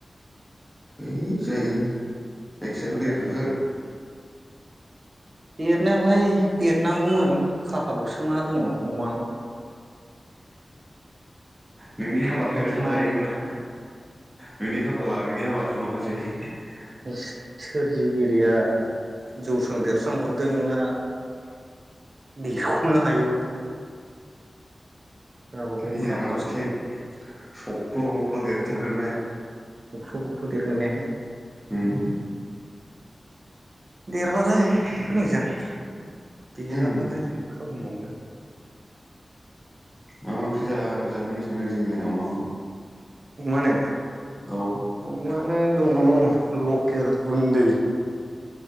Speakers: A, in the centre; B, on the right.
A: है जायो। जायखियाथ देरखागोन
B: जायो रनायालाय देरनांगौमोन खाफालावसो मा दङ अमानाव
A: नोंनि हाबायाव जाजायो
B: मा
A: होमबा बेनि खाफाला नोंनि हाबासिमलखासै <inaudible>
B: सो-सोरजिगिरिया जौस्रां देरस्रां हरदों ना देरखनो हायै हर गावबागाव
A: दे
B: खाफालसै
A: आरामसे सक्ल बख्ल देर थारगोन बे
B: बुख्रु बुख्रु देरगोन ने
A: उम
B: देरबालाय मोजां । देराबालाय
A: उम
B: मा खालामबावनो?
A: मा मा ओंख्रि जा-जाहोनो सानदों दिनैलाय अमाखौ?
B: अमानो?
A: औ
B: अमानो दङ लकेल गुन्दै